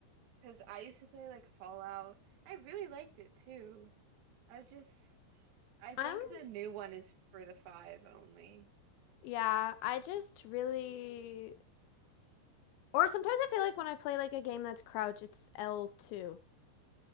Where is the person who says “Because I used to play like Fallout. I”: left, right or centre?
Right